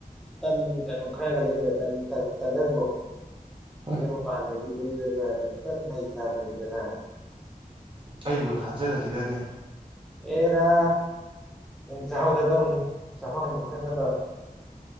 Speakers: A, in the centre; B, on the right.
A: ꯇꯟ ꯀꯩꯅꯣ ꯈꯔꯒ ꯂꯩ ꯎꯔꯦ ꯇꯟ ꯇꯪꯒꯟꯗꯣ
B: ꯎꯝ
A: ꯏꯦ ꯃꯄꯥꯟꯗꯒꯤ ꯂꯩꯔꯒ ꯍꯦꯛꯇ ꯃꯩ ꯊꯥꯕꯅꯤꯗꯅ
B: ꯑꯩꯕꯨ ꯊꯥꯖꯔꯁꯤꯔꯅꯦ꯫
A: ꯑꯦꯔ꯫ ꯅꯪ ꯆꯥꯛꯍꯧꯗ ꯇꯧꯅꯤ ꯆꯥꯛꯍꯥꯎꯅꯤ ꯈꯟꯒꯗꯕ꯫